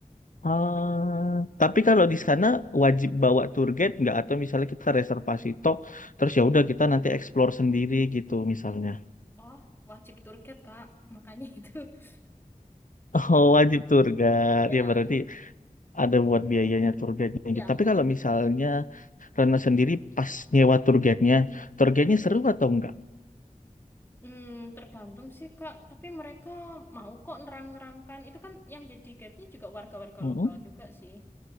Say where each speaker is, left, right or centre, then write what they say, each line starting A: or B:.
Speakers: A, on the left; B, on the left.
A: Ah, tapi kalau di sana wajib bawa tour guide nggak atau misalnya kita reservasi tok terus ya udah kita nanti explore sendiri gitu misalnya. <laughs>
B: Oh, wajib target Kak. Makanya itu. <laughs>
A: Oh, wajib tour guide.
B: Iya.
A: Ya berarti ada buat biayanya tour guide-nya
B: Iya.
A: gitu. Tapi kalau misalnya Rena sendiri pas nyewa tour guide-nya, tour guide-nya seru atau enggak?
B: Hmm, tergantung sih Kak, tapi mereka mau kok nerang-nerangkan. Itu kan yang jadi guide-nya juga warga-warga
A: Mm-mm,
B: lokal juga sih.